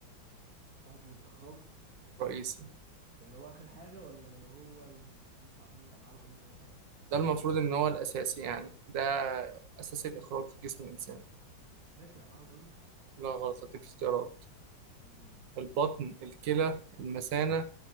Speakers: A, on the right (about 45°); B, on the right (about 70°).
A: عضو الاخراج
B: الرئيسي
A: اللي هو اخر حاجه ولا اللي هو اللي بيطلع منه الامعاء الغليظه مثلا
B: ده المفروض إن هو الأساسي يعني ده أساسي الإخراج في جسم الإنسان
A: ماشي الامعاء الغليظه
B: لا غلط هديك اختيارات
A: امم
B: البطن الكلى المثانة